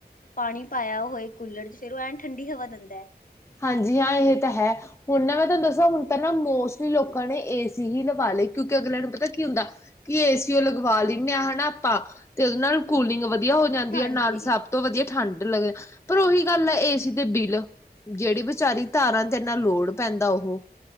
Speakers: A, on the left; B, on the left.
A: ਪਾਣੀ ਪਾਇਆ ਹੋਏ ਕੂਲਰ ਚ, ਫੇਰ ਉਹ ਐਂਨ ਠੰਡੀ ਹਵਾ ਦਿੰਦਾ।
B: ਹਾਂਜੀ ਹਾਂ, ਇਹ ਤਾਂ ਹੈ। ਹੁਣ ਨਾ ਮੈਂ ਤੁਹਾਨੂੰ ਦੱਸਾਂ, ਹੁਣ ਤਾਂ ਨਾ ਮੋਸਟਲੀ ਲੋਕਾਂ ਨੇ ਏ ਸੀ ਹੀ ਲਵਾ ਲਏ, ਕਿਉਂਕਿ ਅਗਲਿਆਂ ਨੂੰ ਪਤਾ ਕੀ ਹੁੰਦਾ ਕਿ ਏਸੀ ਉਹ ਲਗਵਾ ਲੀਨੇ ਆਂ ਹਨਾ ਆਪਾਂ, ਤੇ ਉਹਦੇ ਨਾਲ ਕੂਲਿੰਗ ਵਧੀਆ ਵਧੀਆ ਹੋ ਜਾਂਦੀ
A: ਹਾਂਜੀ,
B: ਐ ਨਾਲ ਸਭ ਤੋਂ ਵਧੀਆ ਠੰਢ ਲੱਗ, ਪਰ ਉਹੀ ਗੱਲ ਐ ਏਸੀ ਦੇ ਬਿੱਲ। ਜਿਹੜੀ ਵਿਚਾਰੀ ਤਾਰਾਂ ਤੇ ਏਨਾ ਲੋਡ ਪੈਂਦਾ ਉਹ।